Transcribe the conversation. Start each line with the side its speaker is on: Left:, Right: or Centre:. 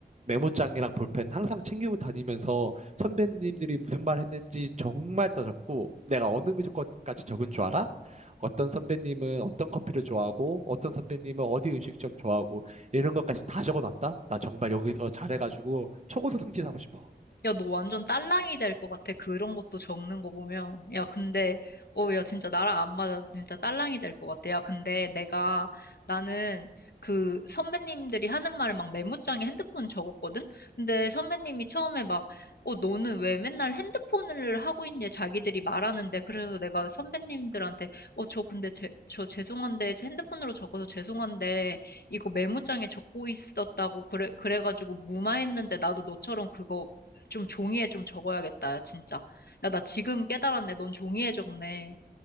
Right: 메모장이랑 볼펜 항상 챙기고 다니면서 선배님들이 무슨 말 했는지 정말 따졌고 내가 어느 것까지 적은 줄 알아? 어떤 선배님은 어떤 커피를 좋아하고 어떤 선배님은 어디 음식점 좋아하고 이런 것까지 다 적어놨다? 나 정말 여기서 잘해가지고 초고속 승진하고 싶어.
Left: 야, 너 완전 딸랑이 될 것 같아. 그런 것도 적는 거 보면. 야, 근데, 어, 야, 진짜 나랑 안 맞아. 진짜 딸랑이 될 것 같아. 야, 근데 내가, 나는 그 선배님들이 하는 말 막 메모장에 핸드폰 적었거든? 근데 선배님이 처음에 막, 어, 너는 왜 맨날 핸드폰을 하고 있냐? 자기들이 말하는데. 그래서 내가 선배님들한테, 어, 저 근데 제, 저 죄송한데, 제 핸드폰으로 적어서 죄송한데, 이거 메모장에 적고 있었다고 그래 그래가지고 무마했는데 나도 너처럼 그거 좀 종이에 좀 적어야겠다, 야, 진짜. 야, 나 지금 깨달았네. 넌 종이에 적네.